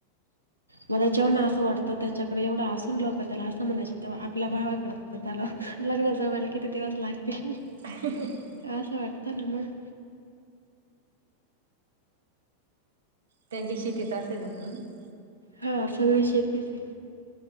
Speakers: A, on the right (about 85°); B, on the right (about 65°).
A: मला त्याच्यावरन अस वाटतं त्याच्याकडे एवढं असून लोक क त्याला असं म्हणायच तवा आपल्या भावाकडलं लग्ना जमायला किती दिवस लागतील.
B: <inaudible>
A: अस वाटत ना मग.
B: त्यांची शेतीच असेल ना <unintelligible>
A: हा सगळ शेतीच आहे.